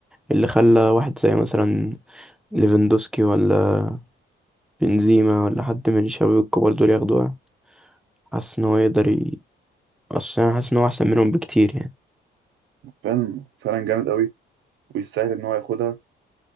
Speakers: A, in the centre; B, on the right.
A: اللي خلى واحد زي مثلا ليفاندوسكي ولا بنزيما ولا حد من الشباب الكبار دول ياخدوها حاسس ان هو يقدر ي... اصل انا حاسس ان هو احسن منهم بكتير يعني
B: فعلا فعلا جامد قوي ويستاهل ان هو ياخدها